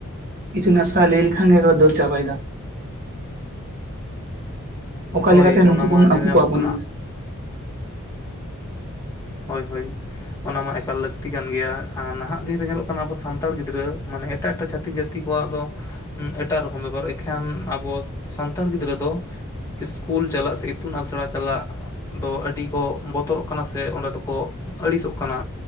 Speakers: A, on the right; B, on the left.
A: ᱤᱛᱩᱤᱱ ᱟᱥᱲᱟ ᱞᱟᱹᱭ ᱞᱮᱠᱷᱟᱱ ᱜᱮ ᱠᱚ ᱫᱟᱹᱨ ᱪᱟᱯᱟᱭ ᱫᱟ᱾ ᱚᱠᱟ
B: ᱦᱳᱭ
A: ᱞᱮᱠᱟᱛᱮ ᱱᱩᱠᱩ
B: ᱚᱱᱟ
A: ᱵᱚᱱ
B: ᱢᱟ ᱧᱮᱞ
A: ᱟᱜᱩ
B: ᱧᱟᱢᱚᱜ
A: ᱠᱚᱣᱟ ᱵᱚᱱ
B: ᱠᱟᱱᱟ
A: ᱱᱚ
B: ᱦᱳᱭᱻ ᱦᱳᱭᱻ᱾ ᱚᱱᱟ ᱢᱟ ᱮᱠᱟᱞ ᱞᱟᱹᱠᱛᱤ ᱠᱟᱱ ᱜᱮᱭᱟ, ᱟᱨ ᱱᱟᱦᱟᱸᱜ ᱫᱤᱱᱨᱮ ᱧᱮᱞᱚᱜ ᱠᱟᱱᱟ ᱟᱵᱚ ᱥᱟᱱᱛᱟᱲ ᱜᱤᱫᱽᱨᱟᱹ ᱢᱟᱱᱮ ᱮᱴᱟᱜ ᱮᱴᱟᱜ ᱪᱷᱟᱟᱹᱛᱤᱠ ᱡᱟᱹᱛᱤ ᱠᱚᱣᱟᱜ ᱫᱚ ᱮᱴᱟᱜ ᱨᱚᱠᱚᱢ ᱵᱮᱯᱟᱨ᱾ ᱮᱱᱠᱷᱟᱱ ᱟᱵᱚ ᱥᱟᱱᱛᱟᱲ ᱜᱤᱫᱽᱨᱟᱹ ᱫᱚ- ᱤᱥᱠᱩᱞ ᱪᱟᱞᱟᱜ ᱥᱮ ᱤᱛᱩᱱ ᱟᱥᱲᱟ ᱪᱟᱞᱟᱜ ᱫᱚ ᱟᱹᱰᱤ ᱠᱚ ᱵᱚᱛᱚᱨᱚᱜ ᱠᱟᱱᱟ ᱥᱮ? ᱛᱮ ᱚᱸᱰᱮ ᱫᱚᱠᱚ ᱟᱹᱲᱤᱥᱚᱜ ᱠᱟᱱᱟ